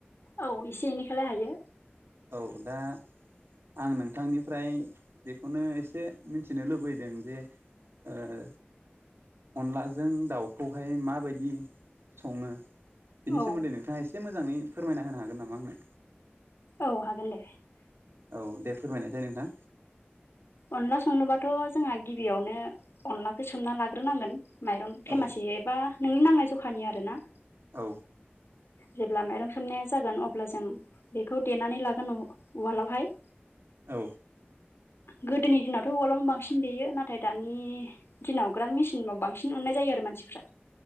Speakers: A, on the left; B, on the right.
A: औ एसे एनैखौलाय हायो।
B: औ दा आं नोंथांनिफ्राय बेखौनो एसे मिथिनो लुबैदों जे ओ अनलाजों दाउखौहाय माबायदि सङो बिनि
A: औ
B: सोमोन्दै नोंथाङा एसे मोजाङै फोरमायना होनो हागोन नामा आंनो
A: औ हागोन दे
B: औ दे फोरमायनायसाय नोंथां
A: अनला संनोबाथ' जोंहा गिबियावनो अनलाखौ सोमना लाग्रोनांगोन माइरं
B: औ
A: थेमासि एबा नोंनि नांनाय जखानि आरो ना
B: औ
A: जेब्ला माइरं सोमनाया जागोन अब्ला जों बेखौ देनानै लागोन उवालावहाय
B: औ
A: गोदोनि दिनावथ' अवालावनो बांसिन लेयो नाथाय दानि दिनाव ग्रान् मेसिनाव बांसिन अननाय जायो आरो मानसि मानसिफ्रा